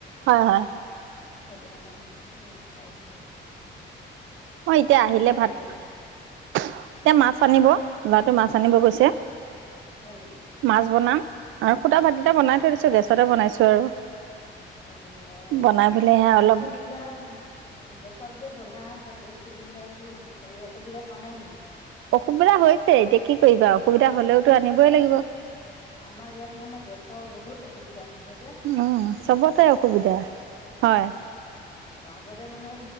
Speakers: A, on the right; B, on the left.
A: হয়-হয়।
B: সেইটোকাৰণে খাই দিলোঁ।
A: অ' এতিয়া
B: তুমি
A: আহিলে
B: কি
A: ভাত
B: বনাবা
A: - এ মাছ আনিব ল'ৰাটো মাছ আনিব গৈছে।
B: হয় নেকি
A: মাছ বনাম আৰু সুদা ভাত কিটা বনাই থৈ দিছো গেছতে বনাইছো আৰু।
B: হয় নেকি অ'
A: বনাই পেলাই
B: অ
A: সেয়া
B: গেছ
A: অলপ
B: চিলিণ্ডাৰ - গেছত যে বনাই আছ গেছ চিলিণ্ডাৰ কি হেৰি অসুবিধা হোৱা নাই নেকি?
A: অসুবিধা হৈছে এতিয়া কি কৰিবা আও অসুবিধা হলেও - তো আনিবই লাগিব
B: আমাৰ ইয়াত মানে গেছৰ বহুত অসুবিধা হৈছে দিয়া।
A: উম চবতে অসুবিধা হয়।
B: অ আগতে মানে